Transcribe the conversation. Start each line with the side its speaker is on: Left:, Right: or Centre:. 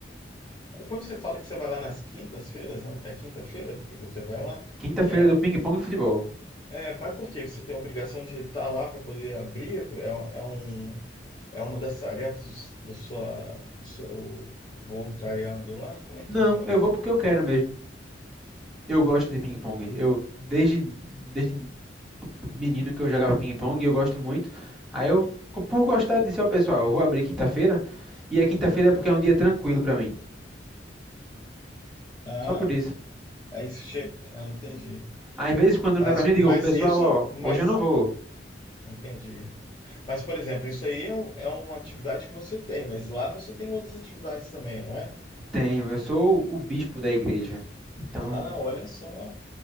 Left: É Quando você fala que você vai lá nas quintas-feiras, né? É quinta-feira que você vai lá?
Centre: Quinta-feira
Left: É,
Centre: do ping-pong e futebol.
Left: é, mas por quê? Você tem a obrigação de estar lá para poder abrir? É, é um, é uma das tarefas do, do sua, do seu voluntariado lá? Como é que
Centre: Não,
Left: funciona?
Centre: eu vou porque eu quero mesmo. Eu gosto de ping-pong. Eu desde, desde menino que eu jogava ping-pong e eu gosto muito. Aí eu, por gostar disse ao pessoal, eu vou abrir quinta-feira e a quinta-feira é porque é um dia tranquilo pra mim.
Left: Ah,
Centre: Só por isso.
Left: aí você chega. Ah, entendi.
Centre: Às vezes quando não
Left: Mas,
Centre: dá pra mim, eu digo,
Left: mas
Centre: pessoal,
Left: isso,
Centre: ó,
Left: mas.
Centre: hoje eu não vou.
Left: Entendi. Mas, por exemplo, isso aí é, um- é uma atividade que você tem, mas lá você tem outras atividades também, não é?
Centre: Tenho, eu sou o bispo da igreja. Então,
Left: Ah, olha só.